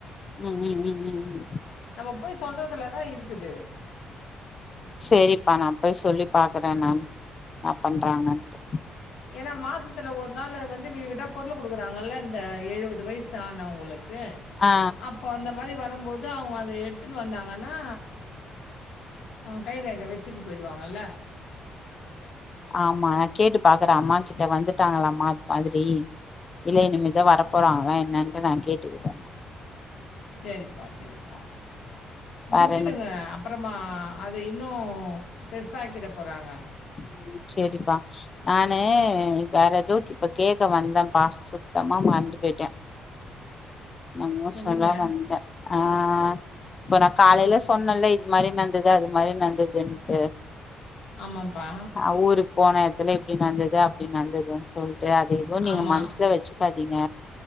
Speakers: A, on the left; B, on the left.
A: ம் ம் ம் ம் ம்
B: நம்ம போய் சொல்றதுலதா இருக்குது
A: செரிப்பா நா போய் சொல்லி பாக்குற நானு இன்னா பண்றாங்கன்ட்டு
B: ஏன்னா மாசத்துல ஒரு நாள் வந்து வீடு வீடா பொருளு குடுக்குறாங்கள்ல இந்த எழுவது வயசு ஆனவங்குளுக் ஏன்
A: ஆ
B: அப்போ அந்த மாரி வரும்போது அவங்க அத எடுத்துன்னு வந்தாங்கன்னா அ கைரேக வெச்சிட்டு போயிடுவாங்கள்ல
A: ஆமா நா கேட்டு பாக்குற அம்மா கிட்ட வந்துட்டாங்களா மா அது மாதிரி இல்ல இனிமேதா வர போறாங்ளா என்னன்ட்டு நா கேட்டுக்கிட்டு
B: சேரிப்பா செரிப்பா
A: வேற
B: முட்ச்சுடுங்க
A: என்ன
B: அப்பறமா அத இன்னும் பெருசாக்கிட போறாங்க
A: ம் செரிப்பா நானு வேற எதோ இப்ப கேக்க வந்தேன்ப்பா சுத்தமா மறந்து போய்ட்ட நா என்மோ
B: சொல்லுங்க.
A: சொல்ல வந்த ஆ இப்ப நா காலையில சொன்னல்ல இது மாரி நந்துது அது மாரி நந்துதுன்ட்டு
B: ஆமாம்பா
A: அ ஊருக் போன எத்துல இப்டி நந்துது அப்டி நந்துதுன் சொல்ட்டு அது எதுவும் நீங்க
B: ஆமா.
A: மன்சுல வெச் ச்சுக்காதிங்க